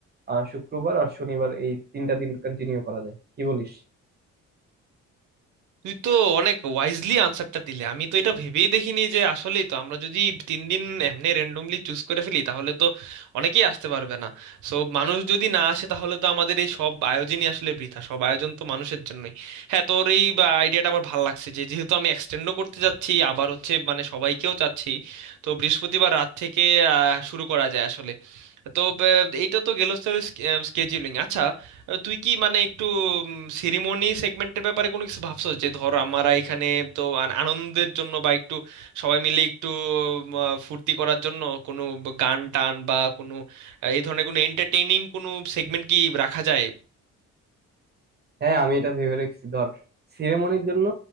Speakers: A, on the right (about 35°); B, on the right (about 75°).
A: আহ শুক্রবার আর শনিবার এই তিনটা দিন কন্টিনিউ করা যায় কি বলিস
B: তুই তো অনেক ওয়াইজলি আনসারটা দিলে আমি তো এটা ভেবেই দেখিনি যে আসলেই তো আমরা যদি তিন দিন এমনি র্যান্ডমলি চুজ করে ফেলি তাহলে তো অনেকেই আসতে পারবে না সো মানুষ যদি না আসে তাহলে তো আমাদের এই সব আয়োজনই আসলে বৃথা সব আয়োজন তো মানুষের জন্যই হ্যাঁ তোর এই আইডিয়াটা আমার ভালো লাগছে যে যেহেতু আমি এক্সটেন্ডও করতে যাচ্ছি আবার হচ্ছে মানে সবাইকেও চাচ্ছি তো বৃহস্পতিবার রাত থেকে আহ, শুরু করা যায় আসলে তো ব- এইটা তো গেল স্কেজিউলিং আচ্ছা আহ, তুই কি মানে একটু সিরিমনি সেগমেন্টের ব্যাপারে কোনো কিছু ভাবছো যে ধর আমরা এখানে তো আন- আনন্দের জন্য বা একটু সবাই মিলে একটু উম, আহ, ফুর্তি করার জন্য কোনো গান টান বা কোনো আহ, এই ধরনের কোনো এন্টারটেইনিং কোনো সেগমেন্ট কি রাখা যায়
A: হ্যাঁ আমি এটা ভেবে রেখেছি ধর সিরেমনির জন্য